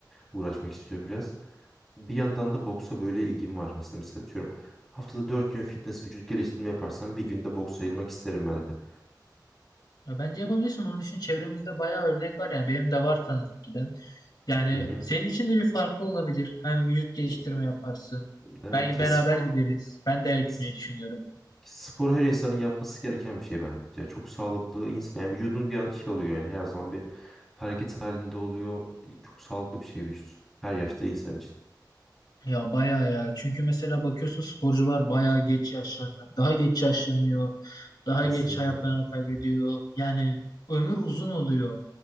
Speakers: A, in the centre; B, on the left (about 65°).
A: uğraşmak istiyorum biraz. Bir yandan da boksa böyle ilgim var aslında. Mesela atıyorum haftada 4 gün fitness vücut geliştirme yaparsam bir günde boks ayırmak isterim ben de.
B: Ya bence yapabilirsin. Bunun için çevremizde bayağı örnek var. Yani benim de var tanıdık giden. Yani
A: Hı
B: senin için de bir farklı olabilir. Hem vücut geliştirme
A: hı.
B: yaparsın.
A: Evet
B: Belki beraber
A: ya spor
B: gideriz. Ben de gitmeyi
A: sp-
B: düşünüyorum.
A: spor her insanın yapması gereken bir şey bence. Ya Çok sağlıklı insan yani vücudun bir an şey oluyor yani her zaman bir hareket halinde oluyor. Çok sağlıklı bir şey vücut. Her yaşta insan için.
B: Ya bayağı ya. Çünkü mesela bakıyorsun sporcular bayağı geç yaşlanıyor. Daha geç yaşlanıyor. Daha
A: Kesinlikle.
B: geç hayatlarını kaybediyor. Yani ömür uzun oluyor.